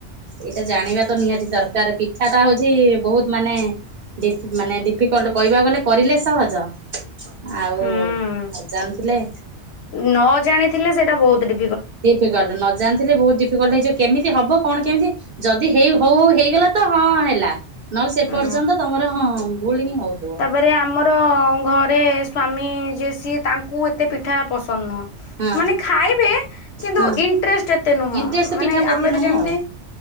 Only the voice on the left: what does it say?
ହୁଁ
ନ ଜାଣିଥିଲେ ସେଇଟା ବୋହୁତ ଡି
ହୁଁ।
ତାପରେ ଆମର ଘରେ ସ୍ୱାମୀ ଯିଏ। ସିଏ ତାଙ୍କୁ ଏତେ ପିଠା ପସନ୍ଦ ନୁହଁ।
ମାନେ ଖାଇବେ କିନ୍ତୁ
ଇଣ୍ଟରେଷ୍ଟ ଏତେ ନୁହଁ
ମାନେ
ଆମର
ଯେମିତି